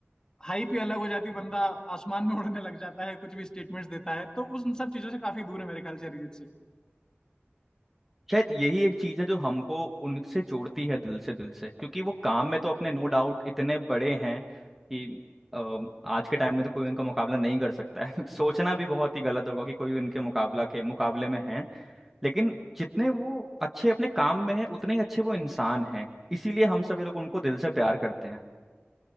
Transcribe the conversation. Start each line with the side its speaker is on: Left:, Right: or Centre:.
Left: हाइप ही अलग हो जाती है, बंदा आसमान में उड़ने लग जाता है कुछ भी स्टेटमेंट्स देता है तो उस उन सब चीजों से काफी दूर है मेरे ख्याल से अरिजीत सिंह
Centre: शायद यही एक चीज है जो हमको उनसे जोड़ती है दिल से दिल से क्योंकि वो काम में तो अपने नो डाउट इतने बड़े हैं कि अम, आज के टाइम में तो कोई उनका मुकाबला नहीं कर सकता है <laughs> सोचना भी बहुत ही गलत होगा कि कोई उनके मुकाबला के मुकाबले में है लेकिन जितने वो अच्छे अपने काम में है उतने ही अच्छे वो इंसान हैं इसीलिए हम सभी लोग उनको दिल से प्यार करते हैं